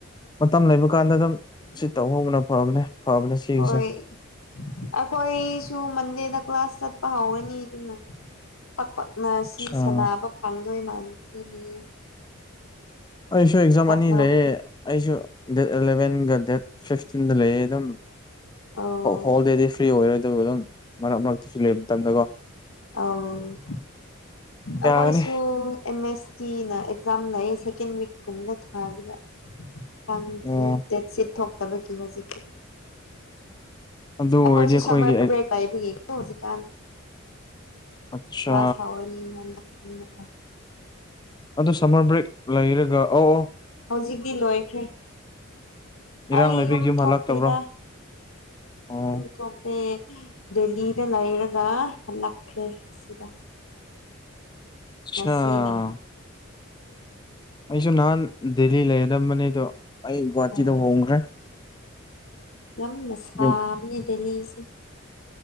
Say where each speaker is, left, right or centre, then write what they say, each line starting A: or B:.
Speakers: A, on the left; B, on the left.
A: ꯃꯇꯝ ꯂꯩꯕ ꯀꯥꯟꯗ ꯑꯗꯨꯝ ꯁꯤ ꯇꯧꯍꯧꯕꯅ ꯐꯕꯅꯦ ꯐꯕꯅꯦ ꯁꯤꯒꯤꯁꯦ
B: ꯍꯣꯏ ꯑꯩꯈꯣꯏꯁꯨ ꯃꯟꯗꯦꯗ ꯀ꯭ꯂꯥꯁ ꯆꯠꯄ ꯍꯧꯔꯅꯤ ꯑꯗꯨꯅ ꯄꯛꯄꯛꯅ
A: ꯑꯠꯁꯥ
B: ꯁꯤ ꯁꯥꯟꯅꯕ ꯐꯪꯗꯣꯏ ꯃꯥꯟꯈ꯭ꯔꯤꯅꯦ
A: ꯑꯩꯁꯨ ꯑꯦꯛꯖꯥꯝ ꯑꯅꯤ
B: ꯃꯔꯛꯇ
A: ꯂꯩꯌꯦ ꯑꯩꯁꯨ ꯗꯦꯠ ꯑꯦꯂꯚꯦꯟꯒ ꯗꯦꯠ ꯐꯤꯐꯇꯤꯟꯗ ꯂꯩ ꯑꯗꯨꯝ
B: ꯑꯧ
A: ꯍꯣꯜꯗꯦꯗꯤ ꯐ꯭ꯔꯤ ꯑꯣꯏꯔꯣꯏ ꯑꯗꯨ ꯑꯗꯨꯝ ꯃꯔꯛ ꯃꯔꯛꯇꯁꯨ ꯂꯩꯕ ꯃꯇꯝꯗꯀꯣ
B: ꯎꯝ ꯑ ꯑ
A: ꯌꯥꯒꯅꯤ
B: ꯀꯁꯨ ꯑꯦꯦꯝ ꯑꯦꯁ ꯀꯤꯅ ꯑꯦꯛꯖꯥꯝ ꯂꯩ ꯁꯦꯀꯦꯟ ꯋꯤꯛꯀꯨꯝꯅ ꯊꯥꯈꯤꯕ ꯈꯪꯗ꯭ꯔꯤ
A: ꯑꯣ
B: ꯗꯦꯠꯁꯤꯠ ꯊꯣꯛꯇꯕꯒꯤ ꯍꯧꯖꯤꯛꯀꯤ
A: ꯑꯗꯨ
B: ꯑꯩꯈꯣꯏꯁꯨꯦ
A: ꯑꯣꯏꯔꯗꯤ ꯑꯩꯈꯣꯏꯒꯤ
B: ꯁꯝꯃꯔ ꯕ꯭ꯔꯦꯛ ꯇꯥꯏꯕꯒꯤ ꯍꯧꯖꯤ ꯀ
A: ꯑꯠꯆꯥ
B: ꯀ꯭ꯂꯥꯁ ꯍꯥꯕꯅꯤ ꯍꯥꯏ ꯂꯀ
A: ꯑꯗꯨ ꯁꯝꯃꯔ ꯕ꯭ꯔꯦꯛ ꯂꯩꯔꯒ ꯑ ꯑꯣ
B: ꯍꯧꯖꯤꯛꯇꯤ ꯂꯣꯏꯈ꯭ꯔꯦ
A: ꯏꯔꯥꯡ
B: ꯑꯩ
A: ꯂꯩꯕꯒꯤ
B: ꯌꯨꯝ ꯊꯣꯛꯇꯦꯗ
A: ꯍꯜꯂꯛꯇꯕ꯭ꯔꯣ ꯑꯣ
B: ꯌꯨꯝ ꯊꯣꯛꯇꯦ ꯗꯦꯂꯤꯗ ꯂꯩꯔꯒ ꯂꯛꯈ꯭ꯔꯦ ꯁꯤꯗ
A: ꯑꯆꯥꯥ
B: ꯉꯁꯤꯅ
A: ꯑꯩꯁꯨ ꯅꯍꯥꯟ ꯗꯦꯜꯂꯤ ꯂꯩꯒꯗꯝꯕꯅꯦ ꯑꯗꯣ ꯑꯩ ꯒꯨꯍꯥꯇꯤꯗ
B: ꯑꯣ
A: ꯍꯣꯡꯈ꯭ꯔꯦ
B: ꯌꯥꯝꯅꯁꯁꯨ
A: ꯌꯨꯝ